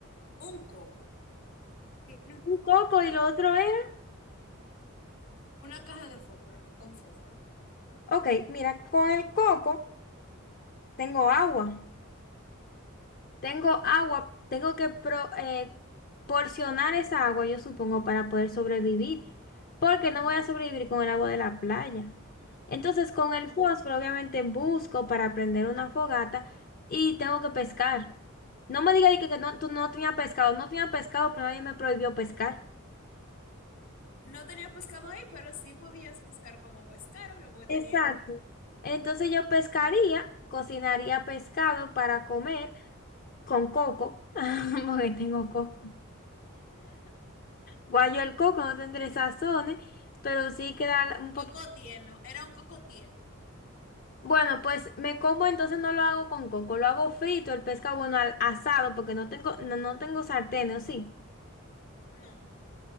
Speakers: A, on the left (about 70°); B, on the left (about 45°).
A: Un coco, tiene un
B: Un
A: coco,
B: coco y lo otro era.
A: una caja de fósforo con fósforo.
B: Ok, mira, con el coco tengo agua. Tengo agua, tengo que pro- eh, porcionar esa agua, yo supongo, para poder sobrevivir, porque
A: Ujú.
B: no voy a sobrevivir con el agua de la playa. Entonces, con el
A: No,
B: fósforo, obviamente, busco para prender una fogata y tengo que pescar. No me digas de que, que no, tú no tenías pescado, no tenía pescado, pero nadie me prohibió pescar.
A: no tenía pescado ahí, pero sí podías buscar como pescar, obvio, porque
B: Exacto.
A: tenía el mar.
B: Entonces yo pescaría, cocinaría pescado para comer con coco, <laughs> porque tengo coco. Guayo el coco no tendré sazones, pero sí queda un
A: Coco
B: poquito.
A: tierno, era un coco tierno.
B: Bueno, pues me como, entonces no lo hago con coco, lo hago frito, el pescado, bueno, al asado, porque no tengo, no, no tengo sartén, ¿o sí?
A: No,